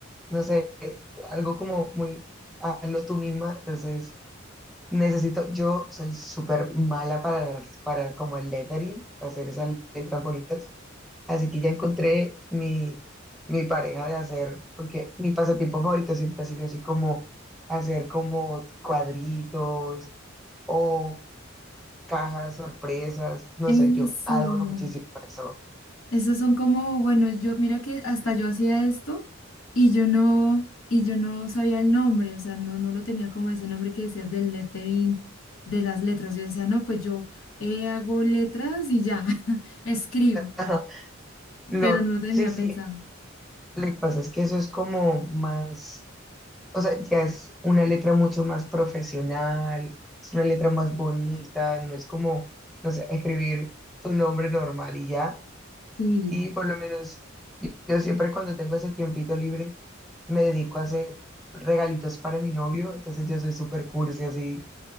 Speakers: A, in the centre; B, on the left (about 85°).
A: no sé, algo como muy, hazlo tú misma. Entonces, necesito, yo soy súper mala para, para como el lettering, hacer esas letras bonitas. Así que ya encontré mi, mi pareja de hacer, porque mi pasatiempo favorito siempre ha sido así como hacer como cuadritos o cajas sorpresas. No
B: Eso.
A: sé, yo adoro muchísimo eso.
B: Esos son como, bueno, yo, mira que hasta yo hacía esto y yo no, y yo no sabía el nombre, o sea, no, no lo tenía como ese nombre que decías del lettering, de las letras. Yo decía, no, pues yo eh, hago letras y ya, <laughs> escribo,
A: Ajá. Lo,
B: pero no lo tenía
A: sí, sí,
B: pensado.
A: lo que pasa es que eso es como más, o sea, ya es una letra mucho más profesional, es una letra más bonita, no es como, no sé, escribir tu nombre normal y ya.
B: Y,
A: Y por lo menos yo, yo siempre cuando tengo ese tiempito libre me dedico a hacer regalitos para mi novio, entonces yo soy súper cursi así.